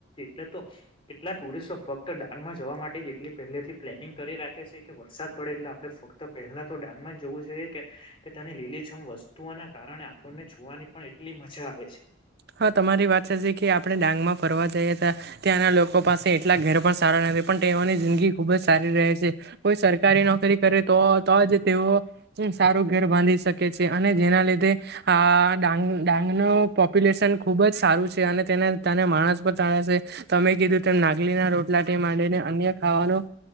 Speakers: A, on the left; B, on the right.
A: એટલે તો એટલા ટુરિસ્ટો ફક્ત ડાંગ માં જવા માટે જ એટલી પહેલે થી પ્લેનિંગ કરી રાખે છે કે વરસાદ પડે એટલે આપણે ફક્ત પહેલા તો ડાંગમાં જવું જોઈએ. કે તેની લીલીછમ વસ્તુઓના કારણે આપણને જોવાની પણ એટલી મજા આવે છે.
B: હા તમારી વાત સાચી કે આપણે ડાંગ માં ફરવા જઈએ તા ત્યાંના લોકો પાસે એટલા ઘેર પણ સારા પણ તેઓની જિંદગી ખુબ જ સારી રહે સે કોઈ સરકારી નોકરી કરે તો તો જ તેઓ સારું ધેર બાંધી શકે છે અને જેના લીધે આ ડાંગ ડાંગનો પો પ્યુલેશન ખુબ જ સારું છે અને તેને તાના માણસ પણ તાળા સે તમે કીધું તેમ નાગલીના રોટલાટી માંડીને અન્ય ખાવાનું